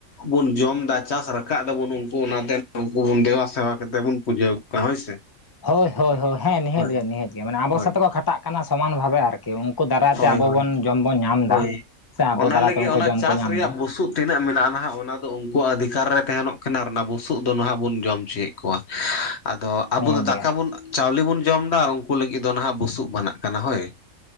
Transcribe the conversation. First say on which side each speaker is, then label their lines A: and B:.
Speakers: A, on the left; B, on the left.
A: ᱵᱩᱱ ᱡᱚᱢ ᱫᱟ ᱪᱟᱥ ᱨᱟᱠᱟᱵ ᱫᱟᱵᱩᱱ ᱩᱱᱠᱩ ᱚᱱᱟᱛᱮ ᱩᱱᱠᱩ ᱵᱚᱱ ᱫᱮᱵᱟ-ᱥᱮᱵᱟ ᱠᱟᱛᱮᱫ ᱵᱚᱱ ᱯᱩᱡᱟᱹ ᱠᱚᱣᱟ ᱦᱳᱭ ᱥᱮ
B: ᱦᱚᱭ ᱦᱚᱭ ᱦᱚᱭ ᱦᱮᱸ ᱱᱤᱦᱟᱹᱛ
A: ᱦᱳᱭ
B: ᱜᱮ ᱱᱤᱦᱟᱹᱛ ᱜᱮ ᱢᱟᱱᱮ ᱟᱵᱚ
A: ᱦᱳᱭ
B: ᱥᱟᱛᱮ ᱵᱚᱱ ᱠᱷᱟᱴᱟᱜ ᱠᱟᱱᱟ ᱾ ᱠᱟᱱᱟ ᱥᱚᱢᱟᱱ ᱵᱷᱟᱵᱮ ᱟᱨᱠᱤ ᱾ ᱩᱱᱠᱩ ᱫᱟᱨᱟᱭ
A: ᱦᱳᱭ
B: ᱛᱮ ᱟᱵᱚ
A: ᱦᱳᱭ
B: ᱵᱚᱱ ᱡᱚᱢ ᱵᱚᱱ ᱧᱟᱢ ᱮᱫᱟ
A: ᱦᱳᱭ
B: ᱥᱮ
A: ᱚᱱᱟ
B: ᱟᱵᱚ ᱫᱟᱨᱟᱭ
A: ᱞᱟᱹᱜᱤᱫ
B: ᱛᱮ ᱩᱱᱠᱩ
A: ᱚᱱᱟ
B: ᱡᱚᱢ
A: ᱪᱟᱥ
B: ᱠᱚ ᱧᱟᱢ
A: ᱨᱮᱭᱟᱜ
B: ᱮᱫᱟ
A: ᱵᱩᱥᱩᱵ
B: ᱾
A: ᱛᱤᱱᱟᱹᱜ ᱢᱮᱱᱟᱜᱼᱟ ᱱᱟᱦᱟᱜ ᱚᱱᱟ ᱫᱚ ᱩᱱᱠᱩᱣᱟᱜ ᱚᱫᱷᱤᱠᱟᱨ ᱨᱮ ᱛᱟᱦᱮᱱᱚᱜ ᱠᱟᱱᱟ, ᱚᱱᱟ ᱵᱩᱥᱩᱵ ᱫᱚ ᱱᱟᱦᱜ ᱵᱚᱱ ᱡᱚᱢ ᱦᱚᱪᱚᱭᱮᱫ ᱠᱚᱣᱟ ᱾ ᱟᱫᱚ ᱟᱵᱚ
B: ᱱᱤᱦᱟᱹᱛ
A: ᱫᱚ ᱫᱟᱠᱟ
B: ᱜᱮ
A: ᱵᱚᱱ ᱪᱟᱣᱞᱮ ᱵᱚᱱ ᱡᱚᱢ ᱮᱫᱟ ᱟᱨ ᱩᱱᱠᱩ ᱞᱟᱹᱜᱤᱫ ᱫᱚ ᱱᱟᱦᱟᱜ ᱵᱩᱥᱩᱵ ᱵᱮᱱᱟᱜ ᱠᱟᱱᱟ᱾ ᱦᱚᱭ